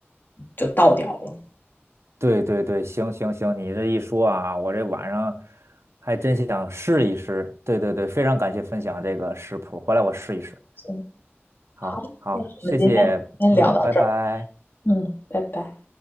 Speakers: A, on the left; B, on the right.
A: 就倒掉了。
B: 对对对，行行行，你这一说啊，我这晚上还真想试一试。对对对，非常感谢分享这个食谱，回来我试一试。
A: 行，
B: 好，
A: 好，
B: 好，
A: 那我们今天先聊到这儿，
B: 谢谢，嗯，拜拜。
A: 嗯，拜拜。